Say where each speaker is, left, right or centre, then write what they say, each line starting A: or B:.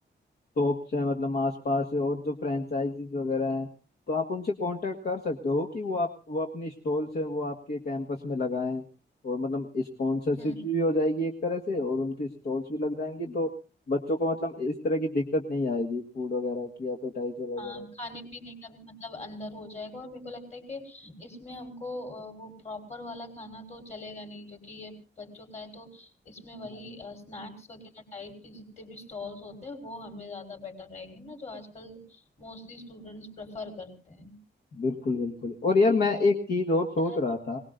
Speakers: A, on the left; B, on the left.
A: शॉप्स हैं मतलब आसपास है, और जो फ्रेंचाइजीज वगैरह हैं तो आप उनसे कांटेक्ट कर सकते हो कि वो आप वो अपनी स्टॉल्स हैं वो आपके कैंपस में लगाएं और मतलब स्पॉन्सरशिप
B: हम्म
A: भी हो जाएगी एक तरह से और उनकी स्टॉल्स भी लग जाएंगी तो बच्चों को मतलब इस तरह की दिक्कत नहीं आएगी फूड वगैरह की एपेटाइजर वगैरह
B: हाँ
A: की।
B: खाने पीने का भी मतलब अंदर हो जाएगा और मेरे को लगता है कि इसमें हमको अ, वो प्रॉपर वाला खाना तो चलेगा नहीं क्योंकि ये बच्चों का है तो इसमें वही
A: हाँ
B: स्नैक्स वगैरह टाइप के जितने भी स्टॉल्स होते हैं वो हमें ज्यादा बेटर रहेंगे ना जो आजकल मोस्टली स्टूडेंट्स प्रेफर करते हैं
A: बिल्कुल बिल्कुल और यार मैं एक चीज और सोच
B: है ना
A: रहा था